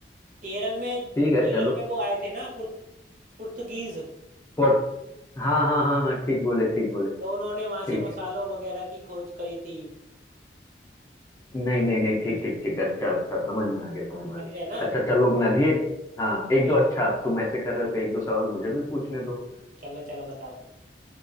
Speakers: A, on the right (about 45°); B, on the left (about 15°).
A: केरल में
B: ठीक है
A: केरल
B: चलो
A: में वो आए थे ना पुर्त, पुर्तगीज
B: फॉर हाँ हाँ हाँ हाँ ठीक बोले ठीक बोले
A: तो उन्होंने वहां
B: ठीक
A: से मसालों
B: है
A: वगैरह की खोज करी थी
B: नहीं नहीं नहीं ठीक ठीक ठीक अच्छा अच्छा समझ में आ गया समझ में
A: समझ
B: आ गया
A: गए ना
B: अच्छा चलो मैं भी एक हाँ एक दो अच्छा अब तुम ऐसे कर रहे हो तो एक दो सवाल मुझे भी पूछने दो
A: चलो चलो बताओ